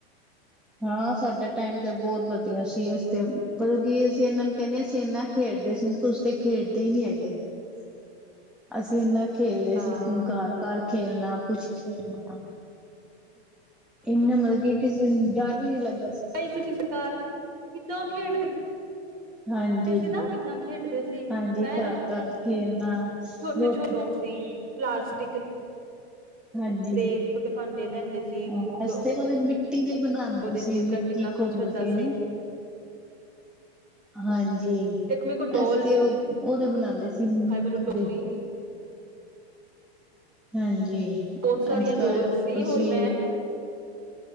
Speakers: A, in the centre; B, on the right (about 25°).
A: ਹਾਂ, ਸਾਡਾ ਟਾਈਮ ਬਹੁਤ ਵਧੀਆ ਸੀ। ਤੇ ਮਤਲਬ ਕੀ, ਅਸੀਂ ਇਹਨਾਂ ਨੂੰ ਕਹਿਣੇ ਆ ਅਸੀਂ ਇਨਾ ਖੇਡਦੇ ਸੀ, ਤੁਸੀ ਤੇ ਖੇਡਦੇ ਹੀ ਨੀ <unintelligible> ਅਸੀਂ ਇਨਾ ਖੇਲਦੇ
B: ਹਾਂ
A: ਸੀ, ਘਰ-ਘਰ ਖੇਲਣਾ। ਕੁਛ ਖੇਲਣਾ। ਇਹਨਾ ਮਤਲਬ ਕੀ ਵੀ ਨੀ ਲੱਦਾ
B: ਭ ਤੁਸੀਂ ਸਰਕਾਰ ਕਿੱਦਾਂ ਖੇਡਦੇ
A: ਹਾਂਜੀ
B: ਸੀ ਨਾ ਕਿੱਦਾਂ ਖੇਡਦੇ ਸੀ
A: ਹਾਂਜੀ
B: ਹੈਂ
A: ਘਰ ਘ ਫੇਰ ਹਾਂ
B: ਛੋਟੇ
A: ਰ
B: ਛੋਟੇ ਸ਼ੌਂਕ ਸੀ ਪਲਾਸਟਿਕ
A: ਹਾਂਜੀ
B: ਦੇ ਛੋਟੇ ਭਾਂਡੇ ਲੈਂਦੇ ਸੀ
A: ਹਾਂ
B: ਕੁੱਕ
A: ਅਸੀ ਤੇ ਉਹਦੇ ਮਿੱਟੀ ਦੇ ਬਣਾਉਂਦੇ
B: ਉਹਦੇ
A: ਸੀ
B: ਚ
A: ਮਿੱਟੀ
B: ਕਰ ਕਿੰਨਾ ਕੁਛ
A: ਘੋਲ
B: ਹੁੰਦਾ
A: ਕੇ
B: ਸੀ
A: ਹਾਂਜੀ
B: ਇੱਕ ਮੇਰੇ ਕੋਲ ਡੋਲਸ
A: ਅਸੀ ਤੇ ਉਹ ਉਹਦੇ ਬਣਾਉਂਦੇ ਸੀ
B: ਹਾਏ ਮੈਨੂੰ
A: ਦੇ
B: ਸੀ
A: ਹਾਂਜੀ ਜ
B: ਬਹੁਤ ਸਾਰੀਆਂ
A: ਅੱਜ ਕੱਲ
B: ਡੋਲਸ
A: ਨਲਸ
B: ਸੀ ਹੋਰ
A: ਵੀ
B: ਮੈਂ